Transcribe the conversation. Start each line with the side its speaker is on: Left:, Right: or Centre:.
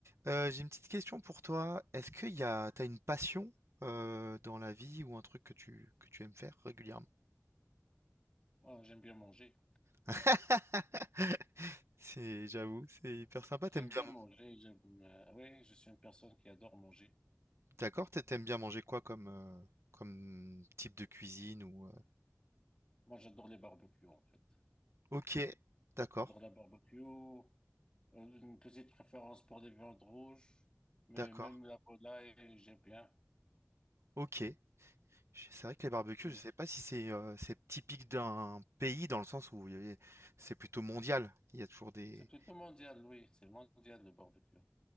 Right: Euh, j'ai une petite question pour toi. Est-ce que y a, t'as une passion euh, dans la vie ou un truc que tu que tu aimes faire régulièrement?
Left: Oh, j'aime bien manger.
Right: <laughs> C'est, j'avoue, c'est hyper sympa. T'aimes
Left: J'aime
Right: bien,
Left: bien
Right: man-
Left: manger. J'aime, euh, oui, je suis une personne qui adore manger.
Right: d'accord? t'a- T'aimes bien manger quoi comme euh, comme type de cuisine ou euh,
Left: Moi, j'adore les barbecues, en fait.
Right: Ok, d'accord,
Left: J'adore la barbecue. euh, Une petite préférence pour les viandes rouges. Mais
Right: d'accord,
Left: même la volaille, j'aime bien.
Right: ok. Je- C'est vrai que les barbecues,
Left: Oui.
Right: je sais pas si c'est euh, c'est typique d'un pays dans le sens où il y a- c'est plutôt mondial. Il y a toujours des
Left: C'est plutôt mondial, oui. C'est mondial, le barbecue.